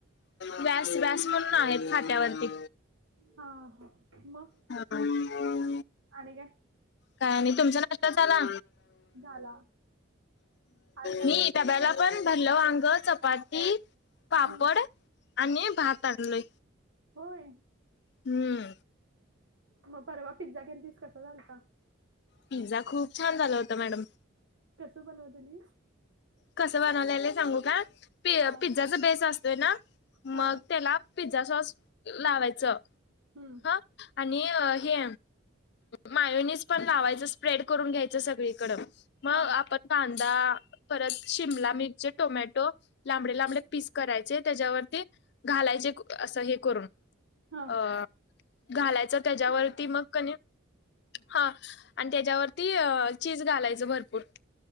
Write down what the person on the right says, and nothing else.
हा हा मग
आणि ग
झाला आज माझा
उपवास
आहे.
हम्म
हम्म
होय
मग परवा पिझ्झा केन तस कसा झाल का?
कसं बनवत न.
हा
हा
हम्.
हा
हा
स्प्रेड.